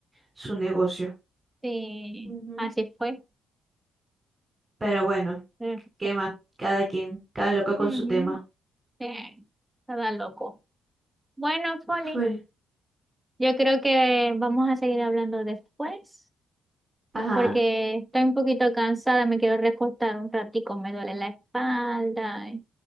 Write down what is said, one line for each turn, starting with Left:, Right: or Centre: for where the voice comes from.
Right: su negocio.
Centre: Sí,
Right: Ujú.
Centre: así fue.
Right: Pero bueno,
Centre: Mm,
Right: ¿qué
Centre: Sí.
Right: más? Cada quien, cada loco con
Centre: Ujú.
Right: su tema.
Centre: Sí. Estaba loco. Bueno, Folly.
Right: Bueno,
Centre: Yo creo que vamos a seguir hablando después,
Right: Ajá.
Centre: porque estoy un poquito cansada, me quiero recostar un ratico, me duele la espalda, ay,